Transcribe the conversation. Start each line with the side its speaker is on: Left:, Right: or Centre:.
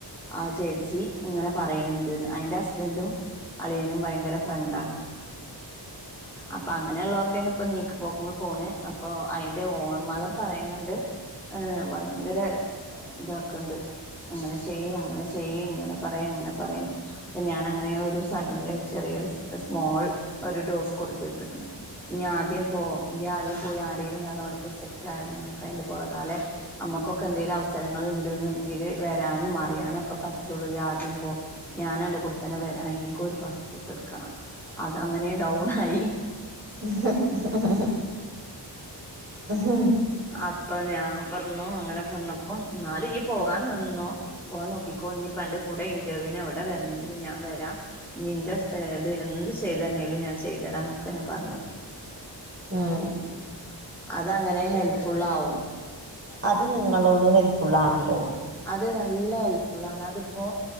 Centre: ആ ചേച്ചി. ഇങ്ങനെ പറയണൊണ്ട്ന്ന് അയിന്റെ ഹസ്ബൻറ്റും അളിയനും ഭയങ്കരഫ്രണ്ടാണ്. അപ്പൊ അങ്ങനെയോള്ളതൊക്കെയാണ് ഇപ്പൊ നി ക്കുപോക്കങ്ങൾ പോണ് അപ്പൊ അയിന്റെ ഓൺമദർ പറയുന്നുണ്ട് ആ ഭയങ്കര ഇതാക്കണ്ട് അങ്ങനെ ചെയ്യ് അങ്ങനെ ചെയ്യ് ഇങ്ങനെ പറയും ഇങ്ങനെ പറയും അപ്പം ഞാൻ അങ്ങനെയൊരു സഡെൻലി ഒരു ചെറിയൊരു സ്മോൾ ഒരുഡോസ് കൊടുത്തിട്ടുണ്ട് നീ ആദ്യംപോ ഈആദ്യം പോയി ആരേലും ഒരാളവിടെപോയ് സെറ്റായാലോ നമുക്കയിന്റെ പൊറകാലെ നമ്മുക്കൊക്കെ എന്തേലും അവസരങ്ങളുണ്ട് എന്നെങ്കില് വരാനും അറിയാനും ഒക്കെ പറ്റുള്ളൂ ഈ ആദ്യം പോ ഞാനും അന്റെ കൂടെതന്നെവരാം എനിക്കും ഒരു പാസ്പോർട്ട് എടുക്ക് ക്കണം അതങ്ങനെ ഡൗണായി
Right: ഹ <inaudible>
Centre: അപ്പൊ ഞാൻപറഞ്ഞു അങ്ങനെപറഞ്ഞപ്പം എന്നാലും നിപോകാൻ നിന്നോ പോവാൻ നോക്കിക്കോ ഇനിപ്പം അന്റെകൂടെ ഇന്റവൂവിന് എവിടെ വരണെങ്കിലും ഞാൻ വരാം നിന്റെ സൈഡ് എന്തുചെയ്തു തന്നേലും ഞാൻ ചെയ്തുതരാന്നൊക്കെ ഞാൻ പറഞ്ഞു
Right: ഉം
Centre: അതങ്ങനെ ഹെല്പ്ഫുള്ളാവും
Right: അത് നിങ്ങളോട് ഹെൽപ്പ്ഫുള്ളാണല്ലോ
Centre: അത് നല്ല ഹെല്പ്ഫുള്ളാണ് അതിപ്പോ